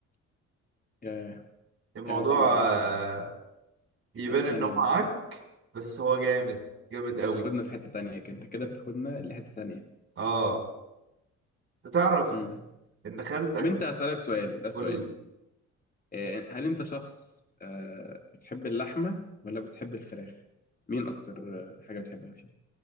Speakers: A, on the left (about 30°); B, on the right (about 45°).
A: يا
B: الموضوع
A: يا الدنيا
B: آه، يبان
A: حته
B: إن
A: تانية
B: هو
A: والله
B: عك بس هو جامد جامد
A: انت
B: قوي
A: بتاخدنا في حته تانية كده انت كده بتاخدنا لحته تانية
B: اه تعرف
A: امم
B: ان خالتك
A: طب انت اسالك سؤال ده سؤال
B: قول لي
A: آه هل انت شخص آه بتحب اللحمه ولا بتحب الفراخ مين اكتر آه، حاجه بتحبها فيهم